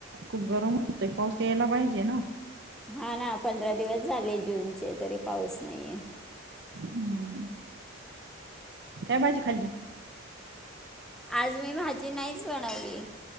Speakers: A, on the right; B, in the centre.
A: खूप गरम होतोय पाऊस यायला पाहिजे ना
B: हा ना पंधरा दिवस झाले जूनचे तरी पाऊस नाहीे
A: हम्म. काय भाजी खाली
B: आज मी भाजी नाहीच बनवली